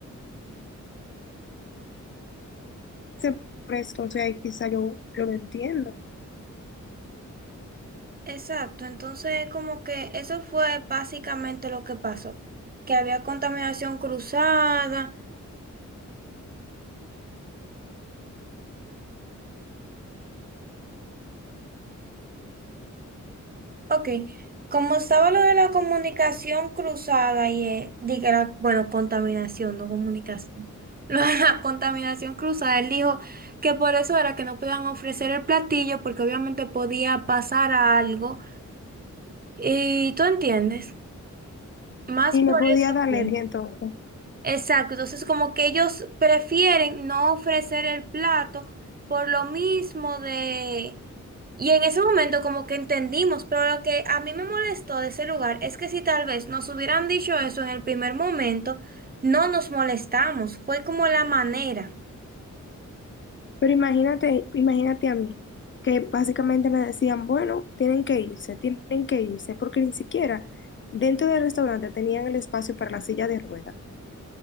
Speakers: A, on the left (about 40°); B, on the right (about 30°).
A: ese por eso, entonces ahí quizá yo, yo lo entiendo.
B: Exacto, entonces como que eso fue básicamente lo que pasó, que había contaminación cruzada. Ok, como estaba lo de la comunicación cruzada y, eh, diga, la- bueno, contaminación, no comunicación. <laughs> Lo de la contaminación cruzada, él dijo que por eso era que no podían ofrecer el platillo porque obviamente podía pasar algo. Y tú entiendes, más
A: Y
B: por
A: le podía
B: eso
A: dar
B: fue.
A: alergia entonces.
B: Exacto, entonces como que ellos prefieren no ofrecer el plato por lo mismo de... Y en ese momento como que entendimos, pero lo que a mí me molestó de ese lugar es que si tal vez nos hubieran dicho eso en el primer momento, no nos molestamos, fue como la manera.
A: Pero imagínate, imagínate a mí, que básicamente me decían, bueno, tienen que irse, tienen que irse, porque ni siquiera dentro del restaurante tenían el espacio para la silla de ruedas.